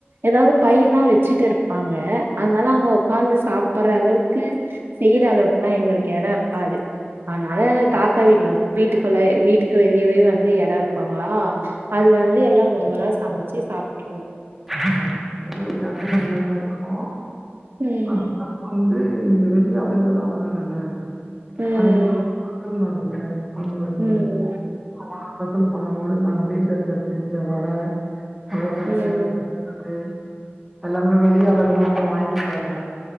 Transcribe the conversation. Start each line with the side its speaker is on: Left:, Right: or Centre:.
Right: எதாவ்துப் பயிர்லா வச்சிட்டு இருப்பாங்க அதனால அங்கப் உட்காந்து சாப்பர்ற அளவுக்கு செய்யற அளவுக்குலா எங்களுக்கு எட இருக்காது அதனால தாத்தா வீட்ல வந்து வீட்டுக்குள்ள வீட்டுக்கு வெளியவே வந்து எடோ இருக்கோங்ளா அதுல வந்து எல்லாங் கும்பலா சமச்சி சாப்ட்ருவோ
Centre: ம் எங்க வீட்லியு வந்து எல்லாமே இருக்கு
Right: ம்
Centre: அதுதா வந்து இங்க வெளி ஆளுங்கெல்லா வராங்கல்ல
Right: ம்
Centre: அதிங்கு சொல்னாங்கில்ல அண்ண வரும்மோது
Right: ம்
Centre: <unintelligible> பண்ணம்பொழுது நாங்க வீட்ல இருக்க செஞ்ச வட கொழுக்கட்ட
Right: ம்
Centre: நிப்பட்டு அல்லாமே வெளியாளுங்லு வாய்ன்ட்டு போவாங்க